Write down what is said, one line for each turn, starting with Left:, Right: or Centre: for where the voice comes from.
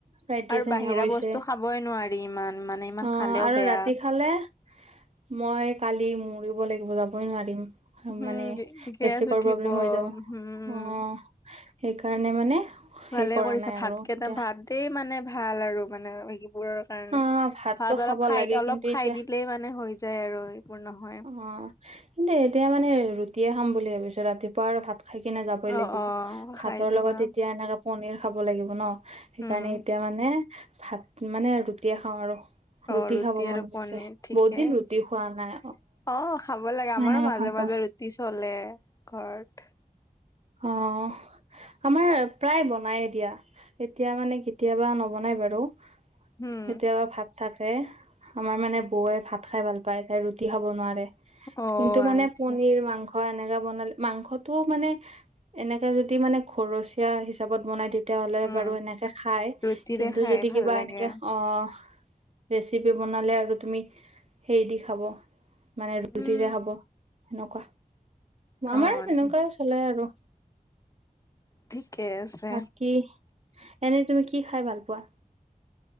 Right: ফ্ৰাইড
Left: আৰু
Right: ৰাইচ
Left: বাহিৰা
Right: নিয়া গৈছে।
Left: বস্তু খাবই নোৱাৰি ইমান মানে ইমান
Right: অ',
Left: খালেও
Right: আৰু
Left: বেয়া
Right: ৰাতি খালে মই কালি মৰিব লাগিব, যাবই নোৱাৰিম।
Left: উম
Right: মানে
Left: গে গেছ
Right: গেষ্টিকৰ
Left: উঠিব
Right: প্ৰব্লেম হৈ যাব। অ',
Left: উম
Right: সেইকাৰণে মানে সেই
Left: ভালে
Right: কৰা
Left: কৰিছা
Right: নাই
Left: ভাতকেইটা
Right: আৰু এতিয়া
Left: ভাত দেই মানে ভাল আৰু মানে হেৰিবোৰ কাৰণে
Right: অ ভাতটো
Left: ভাত অলপ
Right: খাব
Left: খাই
Right: লাগে
Left: অলপ
Right: কিন্তু
Left: খাই
Right: এতিয়া
Left: দিলেই মানে হৈ যায় আৰু এইবোৰ নহয়।
Right: অ কিন্তু এতিয়া মানে ৰুটিয়ে খাম বুলি ভাবিছোঁ, ৰাতিপুৱা আৰু ভাত খাই কিনে যাবই
Left: অ
Right: লাগিব।
Left: অ
Right: ভাতৰ
Left: খাই যাবা
Right: লগত এতিয়া এনেকে পনীৰ খাব লাগিব ন, সেইকাৰণে
Left: উম
Right: এতিয়া মানে ভাত মানে ৰুটিয়ে খাওঁ আৰু।
Left: অ', ৰুটি
Right: খাব মন
Left: আৰু
Right: গৈছে
Left: পনীৰ ঠিকে
Right: বহুত দিন
Left: আছে।
Right: ৰুটি
Left: অ',
Right: খোৱা নাই
Left: খাব লাগে আমাৰো
Right: সেনেকে
Left: মাজে-মাজে
Right: ভাল পাওঁ
Left: ৰুটি তি চলে ঘৰত।
Right: অ'। আমাৰ প্ৰায় বনায়ে দিয়া, এতিয়া মানে কেতিয়াবা নবনাই বাৰু।
Left: উম
Right: কেতিয়াবা ভাত থাকে, আমাৰ মানে বৌৱে ভাত খাই ভাল পায়, তাই ৰুটি খাব নোৱাৰে।
Left: অ
Right: কিন্তু
Left: আচ্ছা
Right: মানে পণিৰ, মাংস অ', এনেকা বনালে মাংসটো মানে এনেকে যদি মানে ঘৰচীয়া হিচাপত বনাই তে তেতিয়াহ'লে
Left: উম
Right: বাৰু এনেকে খায়,
Left: ৰুটিৰে
Right: কিন্তু
Left: খাই
Right: যদি
Left: ভাল
Right: কিবা
Left: লাগে
Right: এনেকে অ'। ৰেচিপি বনালে আৰু তুমি সেই দি খাব, মানে ৰুটিৰে
Left: উম
Right: খাব। সেনকা। সেই
Left: অ
Right: তেনেকুৱাই
Left: ঠিক
Right: চলে আৰু।
Left: ঠিকে। আছে
Right: বাকী, এনেই তুমি কি খাই ভাল পোৱা?